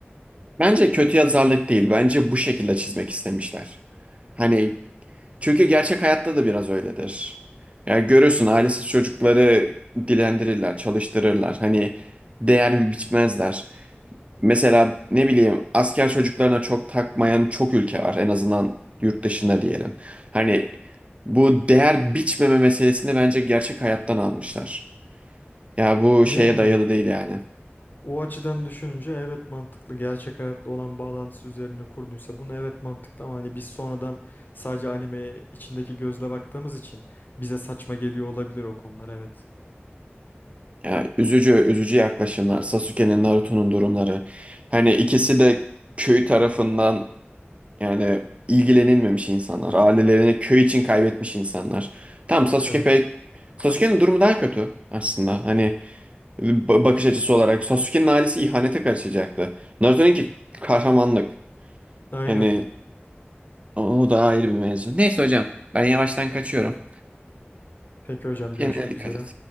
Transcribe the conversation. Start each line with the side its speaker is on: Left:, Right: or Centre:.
Right: Bence kötü yazarlık değil. Bence bu şekilde çizmek istemişler. Hani çünkü gerçek hayatta da biraz öyledir. Yani görürsün ailesiz çocukları dilendirirler, çalıştırırlar. Hani değer biçmezler. Mesela ne bileyim asker çocuklarına çok takmayan çok ülke var. En azından yurt dışında diyelim. Hani bu değer biçmeme meselesini bence gerçek hayattan almışlar. Ya bu
Left: Yani
Right: şeye dayalı değil yani.
Left: o açıdan düşününce evet mantıklı. Gerçek hayatla olan bağlantısı üzerine kurduysa bunu evet mantıklı ama hani biz sonradan sadece animeye içindeki gözle baktığımız için bize saçma geliyor olabilir o konular evet.
Right: Ya üzücü üzücü yaklaşımlar. Sasuke'nin Naruto'nun durumları. Hani ikisi de köy tarafından yani ilgilenilmemiş insanlar. Ailelerini köy için kaybetmiş insanlar. Tamam Sasuke
Left: Evet.
Right: pek Sasuke'nin durumu daha kötü aslında. Hani ba- bakış açısı olarak Sasuke'nin ailesi ihanete karışacaktı. Naruto'nunki kahramanlık.
Left: Aynen.
Right: Hani o o da ayrı bir mevzu. Neyse hocam ben yavaştan kaçıyorum.
Left: Peki hocam
Right: Kendine
Left: görüşmek
Right: dikkat
Left: üzere.
Right: et.